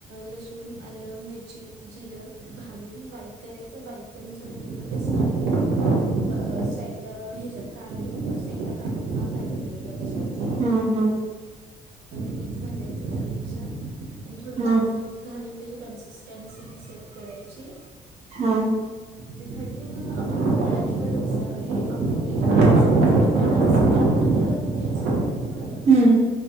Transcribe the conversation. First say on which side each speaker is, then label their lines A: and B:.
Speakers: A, on the right; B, on the right.
A: लसूण आलं मिरची जिरं घालून बारीक. करायचं बारीक करून सगळं, पूर्ण पेस्ट आणि साईडला हेच्यात काढून. साईटला काडून ना, पातेलात किंवा कशात तर.
B: हा.. हा..
A: मीठ घालायचं चवीनुसार आणि थोडं पाणी
B: हा
A: घालून त्यांची, कन्सिस्टन्सी सेट करायची.
B: हां.
A: ते झालं की मग, आपण पोळ्या किंवा डोसा हे आंबोळी. डोसा आपण जे करतो ना तसं तव्यामध्ये करून घ्यायचं झालं
B: हम्म